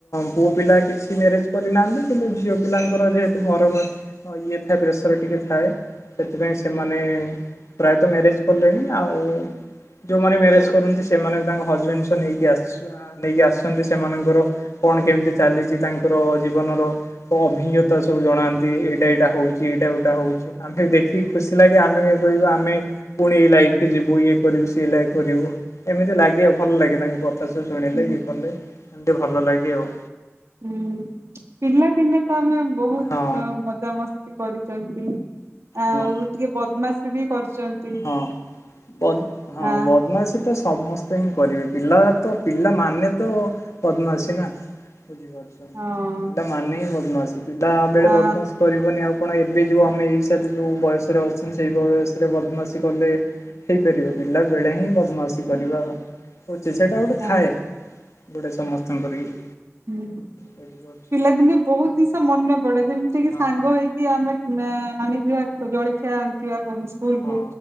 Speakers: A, on the left (about 75°); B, on the right (about 60°).
A: ପୁଅ ପିଲା କିଛି ମ୍ୟାରେଜ କରିନାହାନ୍ତି କିନ୍ତୁ ଝିଅ। ପିଲାଙ୍କର ଯେହେତୁ ଘର ଇଏ ଥାଏ ପ୍ରେସର ଟିକେ ଥାଏ ସେଥିପାଇଁ ସେମାନେ। ପ୍ରାୟତଃ ମ୍ୟାରେଜ କଲେଣି ଆଉ। ଯୋଉମାନେ ମ୍ୟାରେଜ କରନ୍ତି ସେମାନେ ବି ତାଙ୍କ ହଜବେଣ୍ଡ ସହ ନେଇକି ଆସିଛ। ନେଇକି ଆସୁଛନ୍ତି ସେମାନଙ୍କର କଣ କେମିତି ଚାଲିଛି ତାଙ୍କର ଜୀବନର। ଅଭିଜ୍ଞତା ସବୁ ଜଣାନ୍ତି ଏଇଟା ଏଇଟା ହଉଛି ଏଇଟା ଏଇଟା ହଉଛି। ଆମେ ଦେଖିକି ଖୁସି ଲାଗେ ଆମେ ଏ କହିବୁ ଆମେ। ପୁଣି ଏଇ ଲାଇଫକୁ ଯିବୁ ଇଏ କରିବୁ ସିଏ ଲାଇଫ କରିବୁ ଏମିତି ଲାଗେ ଭଲ ଲାଗେ ତାଙ୍କୁ। କଥା ସବୁ ଶୁଣିଲେ
B: ହୁଁ
A: ଇଏ କଲେ ଏମିତି ଭଲ ଲାଗେ ଆଉ।
B: ହୁଁ ପିଲାଦିନେ ତ ଆମେ ବହୁତ
A: ହଁ
B: ମଜାମସ୍ତି କରିଛନ୍ତି। ଆଉ
A: ହଁ
B: ଟିକେ ବଦମାସ୍ ବି କରିଛନ୍ତି।
A: ହଁ ବ ହଁ
B: ଆ
A: ବଦମାସି‌। ତ ସମସ୍ତେ ହିଁ କରିବେ ପିଲା ତ ପିଲା ମାନେ ତ ବଦମାସି ନା। ବୁଝିପାରୁଛନ୍ତି
B: ହଁ
A: ପିଲାମାନେ ହିଁ ବଦମାସୀ ପିଲା ବେଳେ
B: ଆ
A: ବଦମାସ କରିବେନି। ଆଉ କଣ ଏବେ ଯୋଉ ଆମେ ଏଇସ ଯୋଉ ବୟସରେ ଅଛନ୍ତି ସେଇ ବୟସରେ ବଦମାସି। କଲେ ହେଇପାରିବ ପିଲା ବେଳେ ହିଁ ବଦମାସୀ କରିବା। ହଉଛି ସେଇଟା ଗୋଟେ
B: ହଁ
A: ଥାଏ ଗୋଟେ ସମସ୍ତଙ୍କର ଇଏ।
B: ହୁଁ।
A: ବୁଝିପାରୁ।
B: ପିଲାଦିନେ ବହୁତ ଜିନିଷ ମନେ ପଡେ ଯେମିତିକି
A: ହଁ
B: ସାଙ୍ଗ ହେଇକି। ଆମେ ଆଣିଥିବା ଜଳଖିଆ ଆଣିଥିବା ସ୍କୁଲ
A: ହଁ
B: କୁ